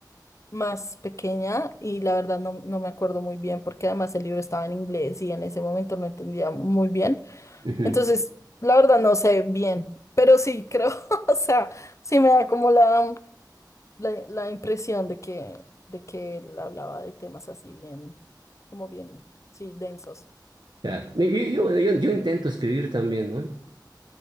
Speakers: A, on the left; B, on the right.
A: más pequeña y la verdad no, no me acuerdo muy bien porque además el libro estaba en inglés y en ese momento no entendía muy bien.
B: Ujú,
A: Entonces, la verdad no sé bien, pero sí creo, <laughs> o sea, sí me da como la, la, la impresión de que, de que él hablaba de temas así bien, como bien, sí, densos.
B: claro. Y- y- Yo, bueno, yo, yo intento escribir también, ¿no?